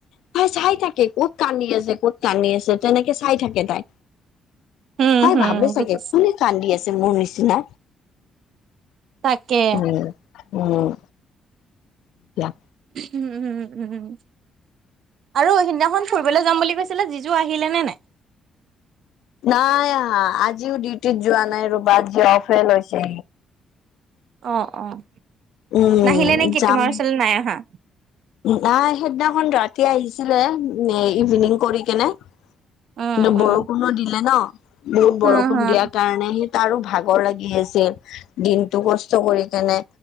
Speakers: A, on the left (about 80°); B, on the right (about 65°).
A: তাই চাই থাকে ক'ত কান্দি আছে ক'ত কান্দি আছে তেনেকে চাই থাকে তাই।
B: উম
A: তাই
B: হুম
A: ভাবে চাগে
B: বুজিছো
A: কোনে কান্দি আছে মোৰ নিচিনা।
B: তাকে।
A: উম, উম, দিয়া।
B: উম-উম-উম আৰু সিদিনাখন ফুৰিবলৈ যাম বুলি কৈছিলে জিজো আহিলে নে নাই?
A: নাই আহা আজিও ডিউটিত যোৱা নাই ৰবা আজি অফে লৈছে।
B: অ', অ',
A: উম,
B: নাহিলে নেকি
A: যাম।
B: তোমাৰ ওচৰলৈ নাই অহা।
A: নাই সেইদিনাখন ৰাতি আহিছিলে ইভিনিং কৰি কেনে।
B: উম
A: কিন্তু
B: উম
A: বৰষুণো দিলে ন' বহুত
B: হম
A: বৰষুণ
B: হম
A: দিয়াৰ কাৰণে সি তাৰো ভাগৰ লাগি আছিল দিনটো কষ্ট কৰি কেনে।